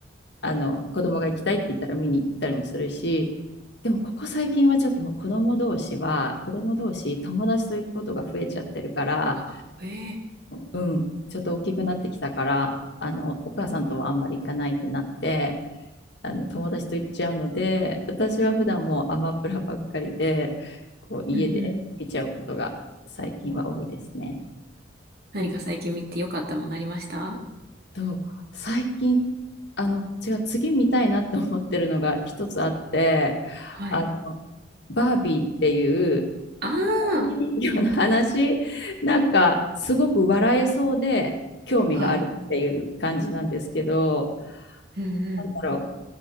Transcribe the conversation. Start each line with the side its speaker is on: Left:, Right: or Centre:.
Left: あの、子供が行きたいって言ったら見に行ったりもするし、でもここ最近はちょっともう子供同士は、子供同士友達と行くことが増えちゃってるから、
Right: あ、ええ。
Left: うん、ちょっと大きくなってきたから、あの、お母さんとはあんまり行かないってなって、あの、友達と行っちゃうので、私は普段もうアマプラばっかりで、こう、家で見ちゃうことが最近は多いですね。
Right: うんうん。何か最近見てよかったものありました
Left: と、最近、あの、違う、次見たいなって思ってるのが一つあって、
Right: はい。
Left: あの、バービーっていう
Right: あ
Left: バービー人形の話、
Right: あ、
Left: なんかすごく笑えそうで興味があるっていう感じなんですけど、
Right: はい。うんうん。
Left: だろ